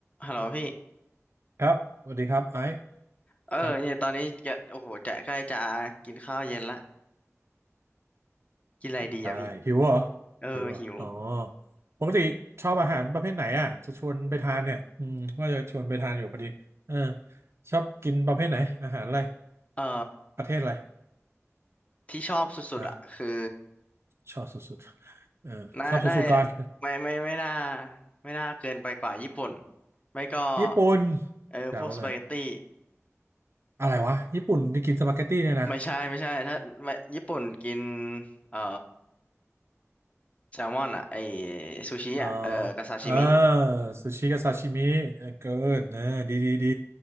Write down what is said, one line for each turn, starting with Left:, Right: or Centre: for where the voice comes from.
Left: ฮัลโหลพี่
Right: ครับสวัสดีครับไอซ์
Left: เออเนี่ยตอนนี้จะโอ้โหจะใกล้จะกินข้าวเย็นละ
Right: ครับ
Left: กินอะไรดีอะพี่
Right: ใช่หิวเหรอ
Left: เออหิว
Right: หิวเหรออ๋อปกติชอบอาหารประเภทไหนอ่ะจะชวนไปทานเนี่ยอืมว่าจะชวนไปทานอยู่พอดีเออชอบกินประเภทไหนอาหารอะไร
Left: เออ
Right: ประเทศอะไร
Left: ที่ชอบสุดๆอะคือ
Right: ฮะชอบสุดๆเออชอบสุดๆก่อน
Left: น่าน่าไม่ไม่ไม่น่าไม่น่าเกินไปกว่าญี่ปุ่นไม่ก็
Right: ญี่ปุ่น
Left: เออพวกสปาเกตตี้
Right: เดาเลยอะไรวะญี่ปุ่นที่กินสปาเกตตี้เนี่ยนะ
Left: ไม่ใช่ไม่ใช่ถ้าไม่ญี่ปุ่นกินเออแซลมอนอะไอซูชิอะเออกับซาชิมิ
Right: อ๋ออ่าซูชิกับซาชิมิเออเกินเออดีดีดี